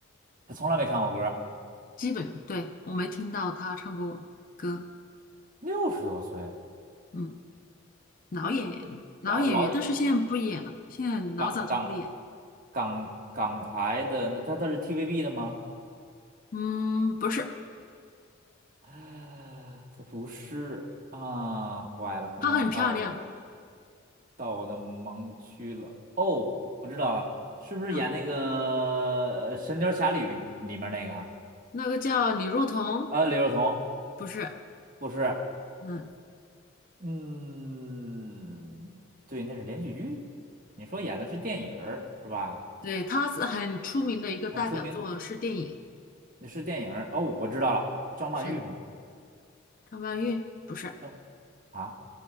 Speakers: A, on the right; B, on the left.
A: 他从来没唱过歌，
B: 基本对我没听到他唱过歌。
A: 六十多岁，
B: 嗯，老演老演员，
A: 六六老老演
B: 但是现在不演了，现在老早就不演。
A: 港港港港台的，那他他是 TVB 的吗？
B: 嗯，不是，
A: 啊他不是啊，坏了，可能到我的
B: 她很漂亮
A: 到我的盲区了。哦，我知道了，是不是演那个呃神雕侠侣》里面那个啊？
B: 啊。那个叫李若彤，
A: 啊，李若彤
B: 不是，
A: 不是。
B: 嗯，
A: 嗯，对，那是连续剧。你说演的是电影儿是吧？
B: 对，她是很出名的一个代表作是电影，
A: 很出名的，那是电影儿哦，我知道了，张曼玉是吗？
B: 谁？张曼玉？不是，
A: 张啊，